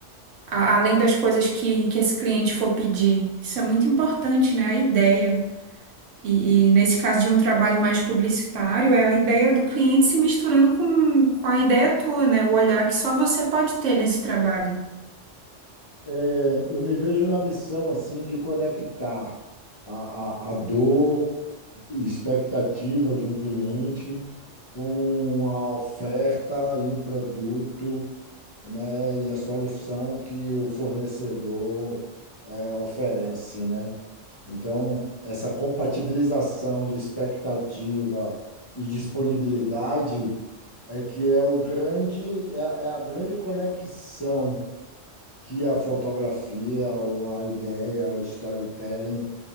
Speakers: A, on the right; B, on the left.
A: a- além das coisas que, que esse cliente for pedir. Isso é muito importante, né? A ideia. E, e nesse caso de um trabalho mais publicitário, é a ideia do cliente se misturando com, com a ideia tua, né? O olhar que só você pode ter nesse trabalho.
B: É, eu me vejo na missão assim de conectar a, a, a dor e expectativa de um cliente com a oferta e o produto né, e a solução que o fornecedor eh, oferece, né? Então, essa compatibilização de expectativa e disponibilidade é que é o grande, é, a é a grande conexão que a fotografia ou a ideia ou storytelling